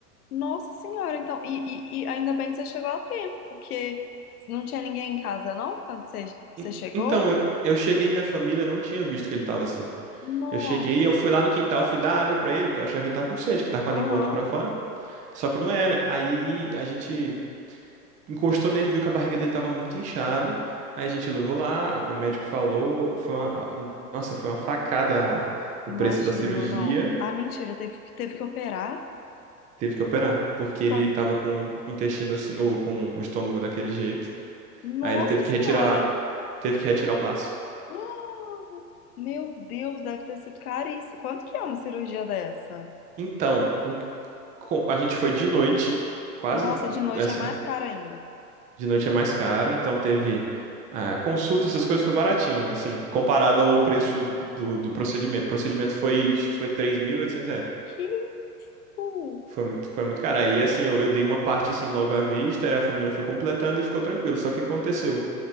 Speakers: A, on the left; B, on the right.
A: Nossa Senhora, então, e, e- e ainda bem que você chegou a tempo, porque não tinha ninguém em casa, não? Quando você, você
B: En-
A: chegou?
B: Então, eu, eu cheguei, minha família não tinha visto que ele tava assim.
A: Nossa,
B: Eu cheguei, eu fui lá no quintal, fui dar água pra ele, porque eu achava que ele tava com sede, que tava com a lingona
A: aham,
B: pra fora. Só que não era. Aí a gente encostou nele, viu que a barriga dele tava muito inchada. Aí a gente levou lá, a médico falou, foi uma, nossa, foi uma facada a- o
A: imagino,
B: preço da cirurgia.
A: não. Ah, mentira, teve, que- teve que operar?
B: Teve que operar, porque
A: E
B: ele
A: quan-
B: tava com o intestino assim, ou com o estômago daquele jeito.
A: Nossa
B: Aí ele teve
A: Senhora!
B: que retirar,
A: <gasps>
B: teve que retirar o baço.
A: Ah, meu Deus, deve ter sido caríssimo. Quanto que é uma cirurgia dessa?
B: Então, o, com- a gente foi de noite, quase
A: Nossa, de noite
B: assim,
A: é mais caro ainda.
B: de noite é mais caro, então teve ah, consulta, essas coisas foi baratinho, assim, comparado ao preço do, do procedimento. O procedimento foi, acho que foi 3.800 reais.
A: Que isso?
B: Foi muito, foi muito caro. Aí, assim, eu, eu dei uma parte, assim, logo à vista, aí a família foi completando e ficou tranquilo. Só que o que aconteceu?